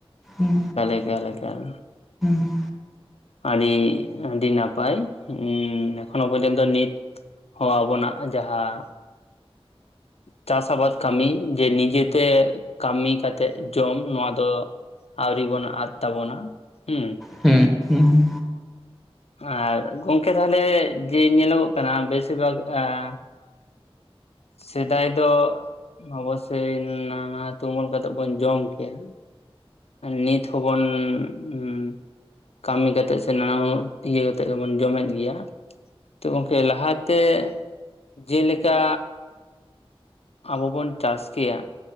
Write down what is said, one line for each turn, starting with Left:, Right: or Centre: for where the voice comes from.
Centre: ᱦᱩᱸ
Left: ᱮᱠᱟᱞ ᱮᱠᱟᱞ
Centre: ᱦᱩᱸ
Left: ᱟᱹᱰᱤ ᱟᱹᱰᱤ ᱱᱟᱯᱟᱭ ᱦᱩᱢ ᱮᱠᱷᱚᱱᱚ ᱯᱚᱨᱡᱚᱱᱛᱚ ᱱᱤᱛ ᱦᱚᱸ ᱟᱵᱚᱱᱟᱜ ᱡᱟᱦᱟᱸ ᱪᱟᱥ ᱟᱵᱟᱫ ᱠᱟᱢᱤ ᱡᱮ ᱱᱤᱡᱮᱛᱮ ᱠᱟᱢᱤ ᱠᱟᱛᱮᱜ ᱡᱚᱢ ᱱᱚᱶᱟ ᱫᱚ ᱟᱹᱣᱨᱤ ᱵᱚᱱ ᱟᱫ ᱛᱟᱵᱚᱱᱟ ᱦᱩᱸ
Centre: ᱦᱩᱢᱸ ᱦᱩ ᱦᱩᱸ
Left: ᱟᱨ ᱜᱚᱝᱠᱮ ᱛᱟᱦᱞᱮ ᱡᱮ ᱧᱮᱞᱚᱜᱚᱜ ᱠᱟᱱᱟ ᱵᱮᱥᱤᱨ ᱵᱷᱟᱜᱽ ᱮᱸ ᱥᱮᱫᱟᱭ ᱫᱚ ᱚᱵᱚᱥᱭ ᱱᱟᱱᱟ ᱛᱩᱢᱟᱹᱞ ᱠᱟᱛᱮᱜ ᱵᱚᱱ ᱡᱚᱢ ᱠᱮᱭᱟ ᱾ ᱱᱤᱛ ᱦᱚᱵᱚᱱ ᱩᱸ ᱠᱟᱹᱢᱤ ᱠᱟᱛᱮᱫ ᱥᱮ ᱱᱟᱱᱟ ᱦᱩᱱᱟᱹᱨ ᱤᱭᱟᱹ ᱠᱟ ᱠᱟᱛᱮᱫ ᱜᱮᱵᱚᱱ ᱡᱚᱢᱮᱫ ᱜᱮᱭᱟ ᱛᱚ ᱜᱚᱝᱠᱮ ᱞᱟᱦᱟᱛᱮ ᱡᱮᱞᱮᱠᱟ ᱟᱵᱚ ᱵᱚᱱ ᱪᱟᱥ ᱠᱮᱭᱟ